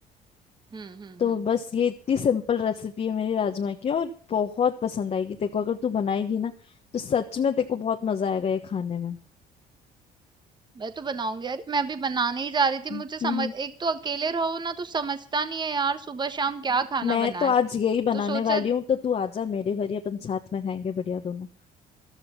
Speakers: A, on the right; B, on the left.
A: हम्म हम्म
B: तो
A: हम्म
B: बस ये इतनी सिंपल रेसिपी है मेरी राजमा की और बहुत पसंद आएगी तेरे को अगर तू बनाएगी ना तो सच में तेरे को बहुत मजा आएगा ये खाने में
A: मैं तो बनाऊंगी यार मैं अभी बनाने ही जा रही थी
B: हम्म
A: मुझे समझ
B: हम्म।
A: एक तो अकेले रहो ना तो समझता नहीं है यार सुबह शाम क्या खाना
B: मैं
A: बनाए
B: तो आज यही बनाने
A: तो सोचा
B: वाली हूँ तो तू आजा मेरे घर ही अपन साथ में खाएंगे बढ़िया दोनों